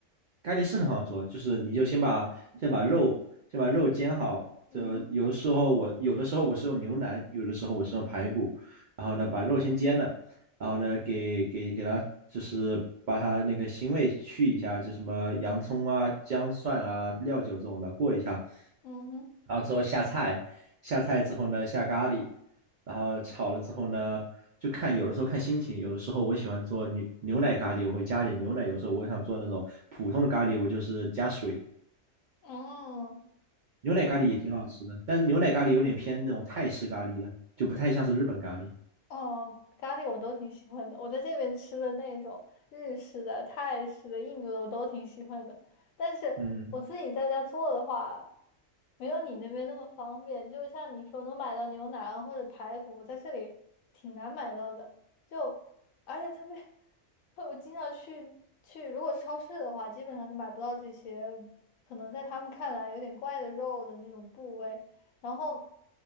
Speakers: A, on the right (about 85°); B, on the left (about 85°).
A: 咖喱是很好做，就是你就先把先把肉先把肉煎好，
B: 嗯哼，
A: 就有的时候我有的时候我是用牛腩，有的时候我是用排骨，然后呢把肉先煎了，然后呢给给给它就是把它那个腥味去一下，就什么洋葱啊、姜蒜啊、料酒这种的过一下，
B: 嗯哼，
A: 然后之后下菜，下菜之后呢下咖喱，然后炒了之后呢，就看有的时候看心情，有的时候我喜欢做牛牛奶咖喱，我会加点牛奶；有时候我想做那种普通的咖喱，我就是加水。
B: 嗯哦。
A: 牛奶咖喱也挺好吃的，但是牛奶咖喱有点偏那种泰式咖喱了，就不太像是日本咖喱。
B: 哦，咖喱我都挺喜欢的。我在这边吃的那种日式的、泰式的、印度的，我都挺喜欢的。但是我自己在家做的话，
A: 嗯，
B: 没有你那边那么方便。就像你说，能买到牛腩或者排骨，在这里挺难买到的。就而且特别，<laughs> 我经常去去，如果超市的话，基本上是买不到这些，可能在他们看来有点怪的肉的那种部位。然后